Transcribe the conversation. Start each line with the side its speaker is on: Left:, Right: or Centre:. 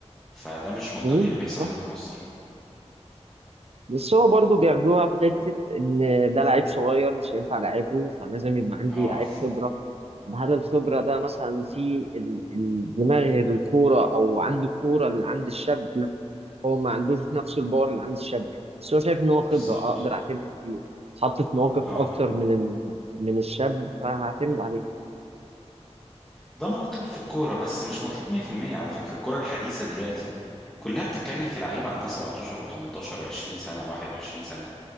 Centre: فده مش منطقي
Right: مم،
Centre: اللي بيحصل
Right: صح
Centre: هنا في مصر
Right: بس هو برضه بياخدوها في حتة إن ده لعيب صغير مش هينفع لعيبه فلازم يبقى عندي
Centre: اه
Right: لعيب خبرة طب هل الخبرة ده مثلا في ال- ال- دماغ الكورة أو عند الكورة اللي عند الشاب هو ما عندوش نفس الباور اللي عند الشاب بس هو شايف ان هو خبره
Centre: بالظبط
Right: آه، اقدر اعتمد عليه اتحط في مواقف
Centre: اه
Right: اكتر من ال... من الشاب فهعتمد عليه
Centre: ده مطلوب في الكوره بس مش مطلوب 100% على فكره الكوره الحديثه دلوقتي كلها بتتكلم في لعيبه عندها 17 و18 و20 سنه و21 سنه